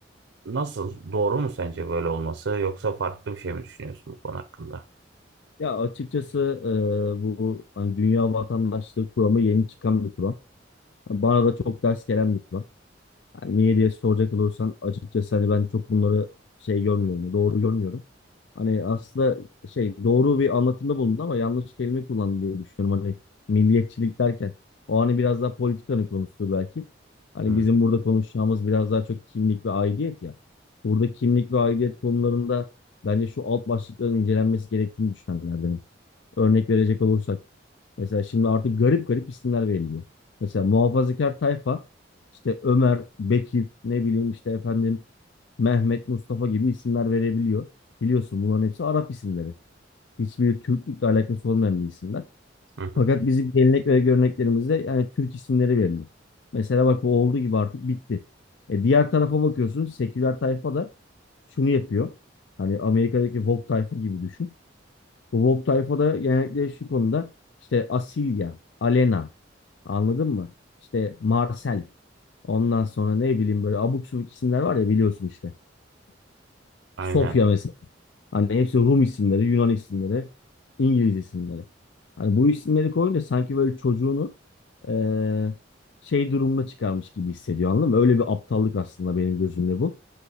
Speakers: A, on the right (about 80°); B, on the left (about 70°).
A: Nasıl? Doğru mu sence böyle olması? Yoksa farklı bir şey mi düşünüyorsun bu konu hakkında?
B: Ya açıkçası e, bu hani dünya vatandaşlığı kuramı yeni çıkan bir kuram. Bana da çok ders gelen bir kuram. Yani niye diye soracak olursan açıkçası hani ben çok bunları şey görmüyorum, doğru görmüyorum. Hani aslında şey doğru bir anlatımda bulundu ama yanlış kelime kullandı diye düşünüyorum. Hani milliyetçilik derken o hani biraz daha politikanın konusudur belki. Hani
A: Hmm.
B: bizim burada konuşacağımız biraz daha çok kimlik ve aidiyet ya. Burada kimlik ve aidiyet konularında bence şu alt başlıkların incelenmesi gerektiğini düşünenlerdenim. Örnek verecek olursak. Mesela şimdi artık garip garip isimler veriliyor. Mesela muhafazakar tayfa işte Ömer, Bekir, ne bileyim işte efendim Mehmet, Mustafa gibi isimler verebiliyor. Biliyorsun bunların hepsi Arap isimleri. Hiçbiri Türklükle alakası olmayan bir isimler.
A: Hı. Hı.
B: Fakat bizim gelenek ve göreneklerimizde yani Türk isimleri veriliyor. Mesela bak bu olduğu gibi artık bitti. E diğer tarafa bakıyorsun seküler tayfa da şunu yapıyor. Hani Amerika'daki Vogue tayfa gibi düşün. Bu Vogue tayfada genellikle şu konuda işte Asilya, Alena anladın mı? İşte Marcel ondan sonra ne bileyim böyle abuk subuk isimler var ya biliyorsun işte.
A: Aynen.
B: Sofya mesela. Hani hepsi Rum isimleri, Yunan isimleri, İngiliz isimleri. Hani bu isimleri koyunca sanki böyle çocuğunu eee, şey durumuna çıkarmış gibi hissediyor anladın mı? Öyle bir aptallık aslında benim gözümde bu.